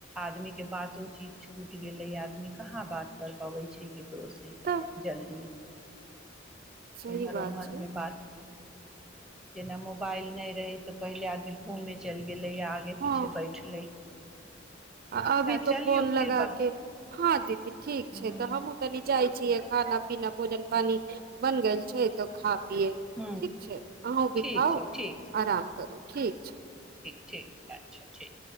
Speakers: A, in the centre; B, on the right (about 50°).
A: आदमी के बातो चीत छूट गेले आदमी कहाँ बात कर पबे छै कपड़ोसँ
B: तऽ
A: जल्दी
B: सही
A: एम्हर
B: बात
A: ओम्हरमे
B: छै
A: बात जेना मोबाइल नहि रही तऽ पहिले आग घूमै चलि गेलै आा आगे
B: हँ
A: पीछे बैठलै
B: अभी
A: अच्छा
B: तो
A: चलियौ
B: फोन लगा
A: फिर बाह
B: के हँ दीदी ठीक
A: ह
B: छै तऽ हमूँ तनी जाइ छ खाना पीना भोजन पानी बन गल छै त खा ठीक
A: ह
B: छै अहूँ
A: ठीक
B: भी खाउ
A: छै ठीक छै
B: आराम करू ठीक छै
A: ठीक छै अच्छा ठीक